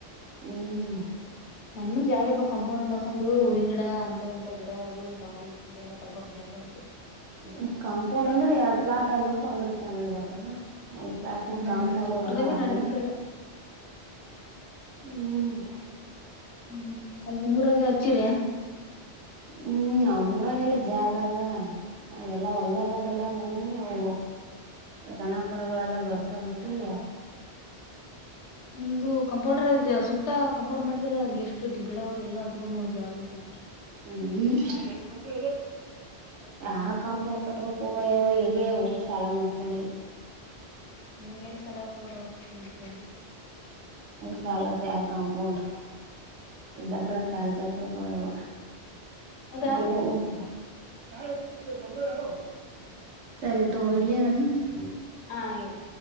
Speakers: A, on the right; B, on the left.
A: ಹ್ಮ್
B: ಮನ್ಮಂದ್ ಜಾಗ ಇರ್ಬೇಕಕ್ ಕಂಪೌಂಡರ್ ಮಾಡ್ಕೊಂಡು ಹೂವಿನ ಗಿಡ ಅಂತ ಇಂತ ಗಿಡ ಅದು ಗಾಡಿ ಪಿ ಎಲ್ಲಾ ತರಬಕ್ ಜಾಗ <inaudible>
A: ್ಮ ಕಾಂಪೌಂಡ್ ಅಂದ್ರೆ ಎರಡ್ ಪ್ಲಾಟ್ ಆಗ್ಬೇಕು ಅಂದ್ರೆ ಚೆಂದ್ ಆತವ ಒಂದು ಫ್ಲಯಾಟ್ನ
B: ಹ್ಮ್
A: ಕಾಂಪೌಂಡ
B: ಇವ್ರದಾಗ
A: ಎಲ್ಲಾ ಆಗಲ್ಲ
B: ನಡೀತಿತ್ತ ಎಲ್ಲ
A: ಹ್ಮ್
B: ಹ್ಮ್ ಅಲ್ಲಿ ನಿಮೂರಾಗ ಹಚ್ಚಿರ
A: ಹ್ಮ್ ನಮ್ಮೂರಾಗಲ್ಲ ಜಾಗದ ಅದೆಲ್ಲ ಒಲ್ಾಗ ಅದಲ್ಲ ಮನಿ ಅವ ದನಕರಗಳೆಲ್ಲ ಬರ್ತಾವಂತೇಳಿ
B: ನಿಮ್ದು ಕಂಪೌಂಡರ್ ಸುತ್ತ ೋಡ್ ಮಾಡಿದ್ರ ಎಷ್ಟುಿ ಗಿಡಾವು ಎಲ್ಲ ಹಸಬೋ್ ನೋಡ ಜಾಗ ಐತೆ ಆದ್ರೆ
A: ಹ್ಮ್ ಯ ಕಾಂಪೌಂಡ್ ಕಟ್ಬೇಕೋಗ ಯವ ಹ ರ್ ಸಾಲ ಮಾಡ್ಕೊಂಡಿ
B: ನಿನ್ಗೆಲ್ ಸಲ ತಗರು ನಿ ಮತ್ತ ಬಗೆ
A: ಸಾಲಾಗ ಕಾಂಪೌಂಡ್ ಇದ್ದಾತ್ರಗ ಕಾಲ್ ಚಾಚ್ಬೇಕ ಯವ
B: ಹೌದಾ
A: ಒದ <unintelligible> ಸರಿ ತ ಇಡ್ಲಿ ನಾನು
B: ಹ ಇಡು